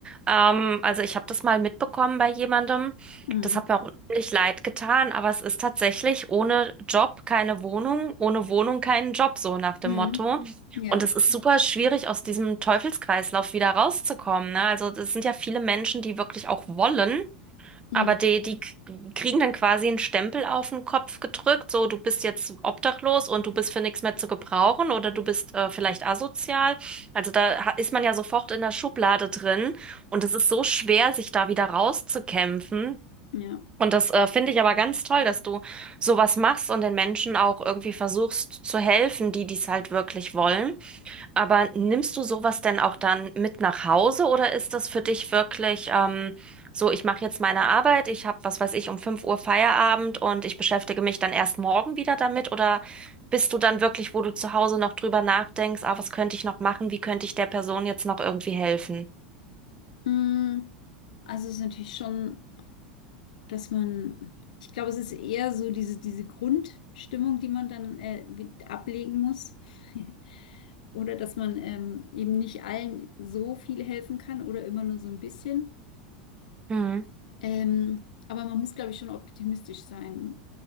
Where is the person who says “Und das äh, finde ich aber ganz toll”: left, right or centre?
Right